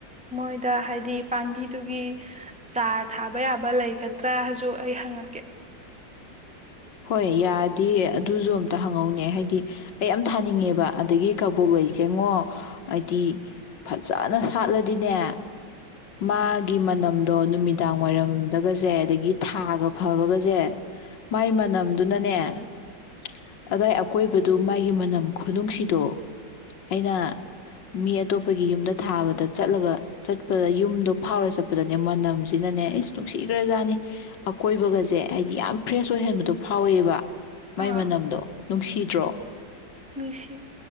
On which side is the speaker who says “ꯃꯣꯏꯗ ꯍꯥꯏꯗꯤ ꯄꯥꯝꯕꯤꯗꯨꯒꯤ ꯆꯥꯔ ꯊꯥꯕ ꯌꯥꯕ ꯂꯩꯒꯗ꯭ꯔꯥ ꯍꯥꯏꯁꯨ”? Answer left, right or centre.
Centre